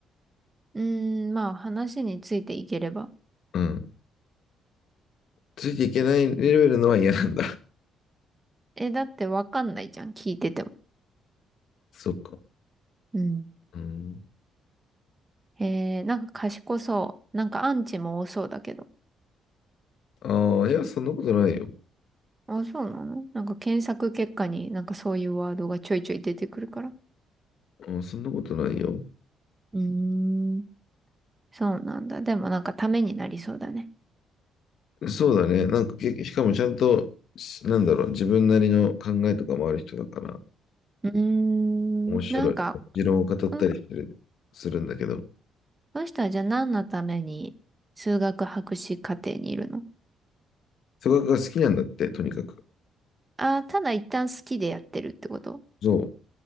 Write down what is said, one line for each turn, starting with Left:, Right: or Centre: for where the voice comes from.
Right: うーん、まあ話についていければ。
Left: うん。ついていけないレベルのは嫌なんだ。
Right: え、だってわかんないじゃん、聞いてても。
Left: <laughs> そっか。
Right: うん。
Left: うん。
Right: へえ、なんか賢そう。なんかアンチも多そうだけど。
Left: ああ、いや、そんなことないよ。
Right: あ、そうなのなんか検索結果になんかそういうワードがちょいちょい出てくるから。
Left: うん、そんなことないよ。
Right: うーん。そうなんだ。でもなんかためになりそうだね。
Left: そうだね。なんか、けしかもちゃんと、しなんだろう、自分なりの考えとかもある人だから、
Right: うーん。
Left: 面白い。
Right: なんか、
Left: 持論を語ったりしてる、
Right: この
Left: するんだけど。
Right: この人はじゃあ何のために数学博士課程にいるの
Left: 数学が好きなんだって、とにかく。
Right: ああー、ただ一旦好きでやってるってこと
Left: そ